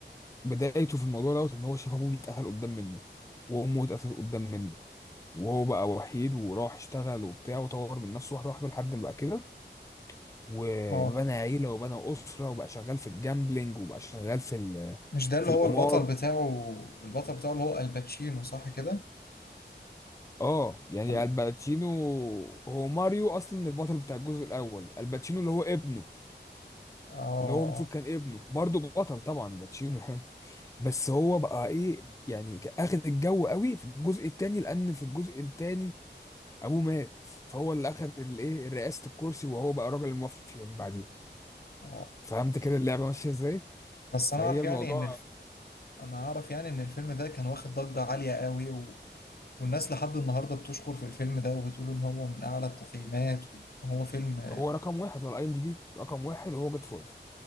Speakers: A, on the left; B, on the left.
A: بدايته في الموضوع دوت ان هو شاف ابوه بيتقتل قدام منه وامه اتقتلت قدام منه وهو بقى وحيد وراح اشتغل وبتاع وطور من نفسه واحده واحده لحد ما بقى كده وبنى
B: اه
A: عيله وبنى اسره وبقى شغال في الجامبلينج وبقى شغال في ال-
B: مش ده اللي
A: في القمار
B: هو البطل بتاعه البطل بتاعه اللي هو الباتشينو صح كده
A: اه يعني
B: ولا
A: الباتشينو هو ماريو اصلا البطل بتاع الجزء الاول الباتشينو اللي هو ابنه
B: اه
A: اللي هو المفروض كان ابنه برضه بطل طبعا باتشينو يعني بس هو بقى ايه يعني كان اخد الجو قوي في الجزء التاني لان في الجزء التاني ابوه مات فهو اللي اخد الايه رئاسة الكرسي وهو بقى راجل المافيا من بعديه
B: اه
A: فهمت كده اللعبة ماشية ازاي
B: بس
A: فهي
B: انا اعرف
A: الموضوع
B: يعني ان الف... انا اعرف يعني ان الفيلم ده كان واخد ضجة عالية قوي و... والناس لحد النهاردة بتشكر في الفيلم ده وبتقول ان هو من اعلى التقييمات وان هو فيلم
A: هو رقم واحد على اي ام دي بي رقم واحد هو جود فوزر